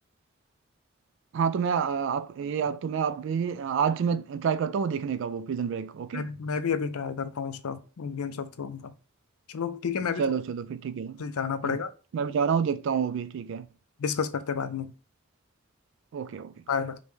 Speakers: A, on the right; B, on the left.
A: हाँ तो मैं आ, आप ये आप तो मैं आप भी आज मैं ट्राई करता हूँ देखने का वो प्रिजन ब्रेक ओके
B: मैं, मैं भी अभी ट्राई करता हूँ उसका गेम्स ऑफ थ्रोन का चलो ठीक है मैं भी
A: चलो
B: थोड़ा
A: चलो फिर ठीक है
B: मुझे जाना पड़ेगा
A: मैं भी जा रहा हूँ देखता हूँ वो भी ठीक है
B: डिस्कस करते हैं बाद में
A: Okay okay
B: Bye bye